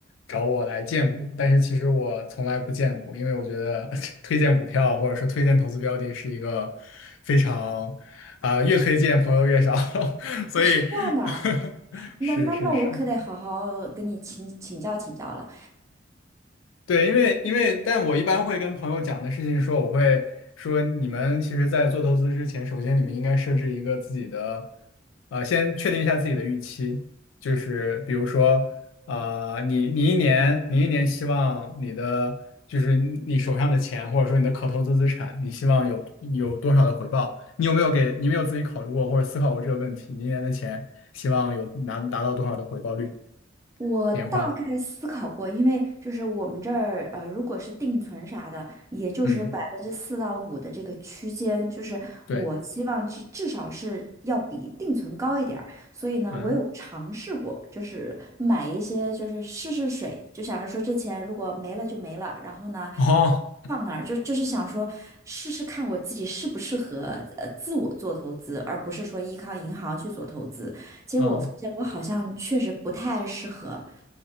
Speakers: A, on the left; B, on the right.
A: 找我来荐股，但是其实我从来不荐股，因为我觉得 <laughs> 推荐股票或者说推荐投资标的是一个非常，啊，越推荐朋友越少，<laughs> 所以
B: 哦是这样的啊
A: <laughs>
B: 那那那我可得好好跟你请请教请教了。
A: 是是是，对，因为因为，但我一般会跟朋友讲的事情说，我会说你们其实，在做投资之前，首先你们应该设置一个自己的，呃，先确定一下自己的预期，就是比如说，啊、你你一年你一年希望你的就是你手上的钱，或者说你的可投资资产，你希望有有多少的回报？你有没有给你有没有自己考虑过或者思考过这个问题？你一年的钱希望有拿达到多少的回报率
B: 我大概思考过，
A: 年化？
B: 因为就是我们这儿，呃，如果是定存啥的，也就是百分之四到五的这个区间，
A: 嗯，
B: 就是我希望至至少是要比定存高一点儿所以呢，
A: 对，嗯，
B: 我有尝试过，就是买一些，就是试试水，就想着说这钱如果没了就没了，然后呢，
A: <laughs> 哦。
B: 就放那儿，就就是想说试试看我自己适不适合呃自我做投资，而不是说依靠银行去做投资。结果我发现我好像确实不太适合，
A: 嗯